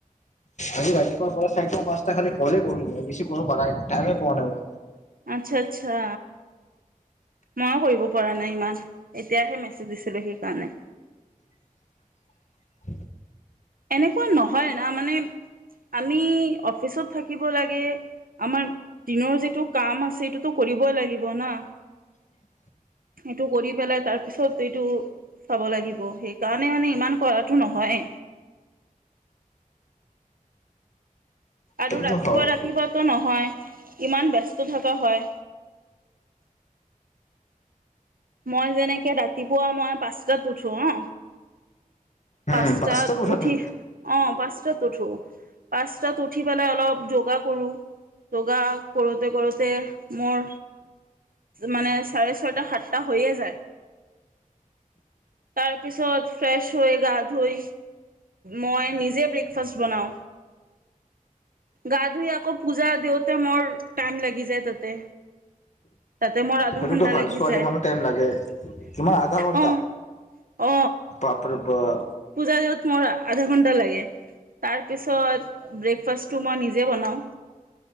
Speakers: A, on the left; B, on the right.
A: আজি ৰাতিপুৱা পৰা চাৰিটা পাঁচটা খালি ফলে কৰিল বেছি কোনো প়ৰাই নাই। টাইম পোৱা নাই।
B: আচ্ছা আচ্ছা। ময়ো কৰিব পৰা নাই ইমান। এতিয়াহে মেছেজ দিছিলো সেইকাৰণে।
A: <inaudible>
B: এনেকুৱা নহয় না মানে আমি অফিচত থাকিব লাগে। আমাৰ দিনৰ যিটো কাম আছে সেইটো কৰি। কৰিবব লাগিব ন
A: <inaudible>
B: এইটো কৰি পেলাই তাৰপিছত এইটো চাব লাগিব সেইকাৰণে মানে ইমান কৰাটো নহয়। আৰু
A: সেইটোতো
B: ৰাতিপুৱা
A: হয়
B: ৰাতিপুৱাতটো নহয় ইমান ব্যস্ত থকা হয়। মই যেনেকে ৰাতিপুৱা মই পাঁচটাত উঠো ন
A: উম
B: পাঁচটাত
A: উঠা
B: উঠি
A: তুমি
B: অ পাঁচ- উঠো। পাঁচতাত উঠি পেলাই অলপ যোগা কৰো। যোগা কৰোতে কৰোতে মোৰ মানে চাৰে ছয়টা সাতটা হৈয়ে যায়। তাৰপিছত ফ্ৰেশ হৈ গা ধুই মই নিজে ব্ৰেকফাষ্ট বনাও। গা ধুই আকৌ পূজা দিওঁতে মোৰ টাইম লাগি যায় তাতে। তাতে মোৰ আধা
A: সেইটো
B: ঘন্টা
A: হয়।
B: লাগি
A: ছোৱালী
B: যায়
A: মানুহ টাইম লাগে। কিমান আধা ঘন্টা?
B: অ অ
A: বাপৰে বাপ
B: পূজা যোৱাত মোৰ আধা ঘন্টা লাগে। তাৰপিছত ব্ৰেকফাষ্টটো মই নিজে বনাওঁ।